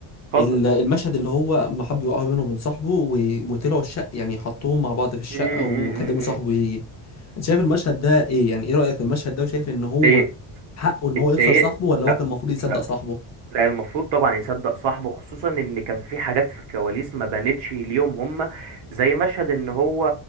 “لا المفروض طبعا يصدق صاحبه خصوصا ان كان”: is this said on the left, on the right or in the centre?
Right